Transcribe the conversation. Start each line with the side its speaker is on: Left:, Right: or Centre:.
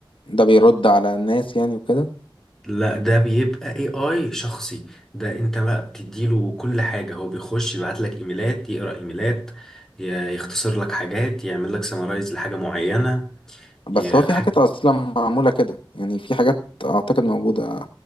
Left: ده بيرد على الناس يعني وكده
Centre: لا ده بيبقى اي اي شخصي ده انت بقى بتديله كل حاجة هو بيخش يبعت لك ايميلات يقرأ ايميلات ي- يختصر لك حاجات يعمل لك سمرايز لحاجة معينة
Left: بس
Centre: ي-
Left: هو في حاجات اصلا معمولة كده يعني في حاجات اعتقد موجودة